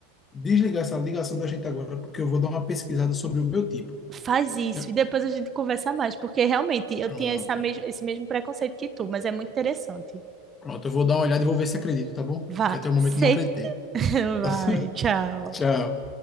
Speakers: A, on the left; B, on the right.
A: desligar essa ligação da gente agora, porque eu vou dar uma pesquisada sobre o meu tipo.
B: Faz isso
A: É,
B: e depois a gente conversa mais, porque realmente eu
A: Pronto.
B: tinha essa mes esse mesmo preconceito que tu, mas é muito interessante.
A: Pronto, eu vou dar uma olhada e vou ver se acredito, tá bom?
B: Vá,
A: Que até o momento
B: se...
A: eu não acreditei.
B: <laughs> vai,
A: <laughs>
B: tchau.
A: Tchau.